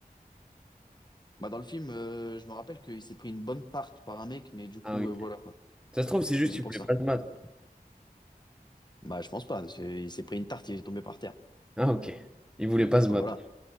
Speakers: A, on the left; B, in the centre.
A: Bah, dans le film, euh, je me rappelle qu'il s'est pris une bonne tarte par un mec, mais du coup,
B: Ah, ok.
A: euh, voilà quoi.
B: Ça se trouve, c'est juste
A: Oui, C'est
B: qu'il
A: pour
B: voulait
A: ça.
B: pas se battre.
A: Bah, je pense pas. c'est- Il s'est pris une tarte, il est tombé par terre.
B: Ah, ok. Il voulait pas se battre.
A: Euh, Voilà.